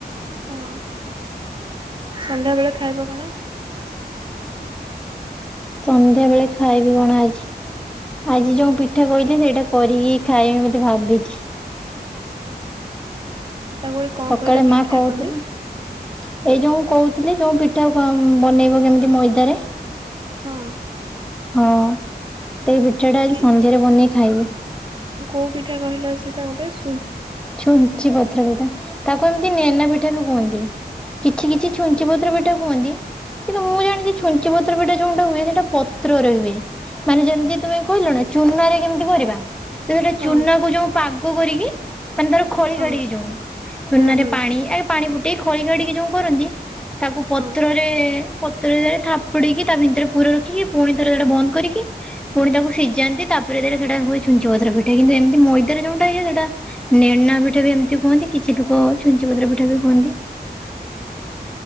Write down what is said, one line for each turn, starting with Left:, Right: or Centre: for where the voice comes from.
Right: ହଁ ସନ୍ଧ୍ୟା ବେଳେ ଖାଇବ କଣ?
Centre: ସନ୍ଧ୍ୟା ବେଳେ ଖାଇବି କଣ ଆଜି ଆଜି ଯୋଉ ପିଠା କହିଲି ସେଇଟା କରିକି ଖାଇମି ବୋଲି ଭାବିଛି
Right: ତାକୁ ଗୋଟେ କଣ
Centre: ସକାଳେ
Right: କହିଲ କି
Centre: ମା
Right: ପିଠା
Centre: କହୁଥିଲେ।
Right: କହନ୍ତି
Centre: ଏଇ ଯୋଉ କହୁଥିଲେ ଯୋଉ ପିଠା ବନେଇବ କେମିତି ମଇଦାରେ
Right: ହଁ
Centre: ହଁ ସେଇ ପିଠା ଟା ଆଜି
Right: କି
Centre: ସନ୍ଧ୍ୟାରେ ବନେଇ ଖାଇବି।
Right: କୋଉ ପିଠା କହିଲ ସେଇଟା ଗୋଟେ ଶ୍।
Centre: ଛୁଞ୍ଚି ପତ୍ର ପିଠା ତାକୁ ଏମିତି ନେନା ପିଠା ବି କୁହନ୍ତି। କିଛି କିଛି ଛୁଞ୍ଚି ପତ୍ର ପିଠା କୁହନ୍ତି। କିନ୍ତୁ ମୁଁ ଜାଣିଛି ଛୁଞ୍ଚି ପତ୍ର ପିଠା ଯୋଉଁ ଟା ହୁଏ ସେଇଟା ପତ୍ରରେ ହୁଏ। ମାନେ ଯେମିତି ତୁମେ କହିଲ ନା ଚୁନାରେ କେମିତି କରିବା। ତ ସେଟା
Right: ହଁ
Centre: ଚୁନାକୁ ଯୋଉ ପାଗ କରିକି। ମାନେ ତାର ଖଳି
Right: ହଁ
Centre: ରଡିକି ଯୋଉ ଚୁନାରେ
Right: ହୁଁ ହୁଁ
Centre: ପାଣି ଆରେ ପାଣି ଫୁଟେଇ ଖଳି ରଡିକି ଯୋଉ କରନ୍ତି। ତାକୁ ପତ୍ରରେ
Right: ହଁ
Centre: ପତ୍ରରେ ଥାପୁଡ଼ିକି ତା ଭିତରେ ପୁର ରଖିକି ପୁଣି ଥରେ ସେଟା ବନ୍ଦ କରିକି। ପୁଣି ତାକୁ ସିଝାନ୍ତି ତାପରେ ତାରେ ସେଇଟା ହୁଏ ଛୁଞ୍ଚି ପତ୍ର ପିଠା କିନ୍ତୁ ଏମିତି ମଇଦାରେ ଯୋଉଟା ହୁଏ ସେଟା। ନେନା ପିଠା ବି ଏମିତି କୁହନ୍ତି କିଛି ଲୋକ ଛୁଞ୍ଚି ପତ୍ର ପିଠା ବି କୁହନ୍ତି।